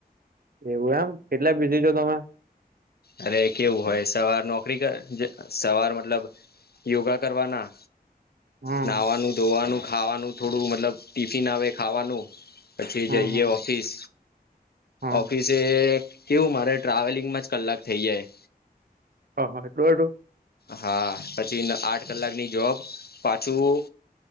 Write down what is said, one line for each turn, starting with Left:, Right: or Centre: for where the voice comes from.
Right: એવું એમ કેટલા બીઝી છો તમે.
Left: અરે કેવું હોય સવાર નોકરી કર સવાર મતલબ યોગા કરવાના
Right: હમ
Left: નાહવાનું ધોવાનું ખાવાનું થોડું મતલબ ટિફિન આવે ખાવાનું પછી
Right: હમ
Left: જઈએ
Right: હમ
Left: ઓફિસ
Right: હમ
Left: ઓફિસે એ કેવું મારે ટ્રાવેલિંગમાં જ કલાક થઇ જાય.
Right: હ હા <unintelligible>
Left: હા પછી આઠ કલાકની જોબ પાછું